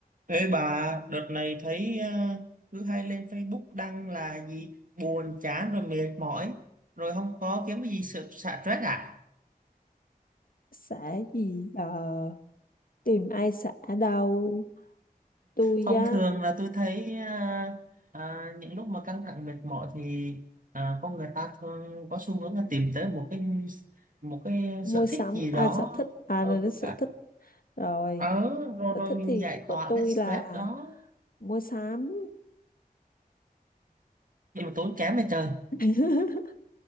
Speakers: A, on the right (about 60°); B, on the left (about 70°).
A: Ê bà, đợt này thấy ờ, cứ hay lên Facebook đăng là gì buồn chán rồi mệt mỏi rồi không có kiếm cái gì sự xả stress à?
B: Xã gì giờ tìm ai xã đâu tôi
A: Thông
B: á
A: thường là tôi thấy ờ, ờ, những lúc mà căng thẳng mệt mỏi thì ờ, con người ta thường có xu hướng là tìm tới một cái một cái
B: mua
A: sở
B: sắm
A: thích gì
B: à,
A: đó
B: sở thích à
A: ở
B: là đến
A: cái
B: sở thích rồi
A: ở rồi
B: sở
A: rồi
B: thích
A: mình
B: thì
A: giải
B: của
A: tỏa
B: tôi
A: cái stress
B: là
A: đó
B: mua sắm
A: nhưng mà tốn kém vậy trời
B: <laughs>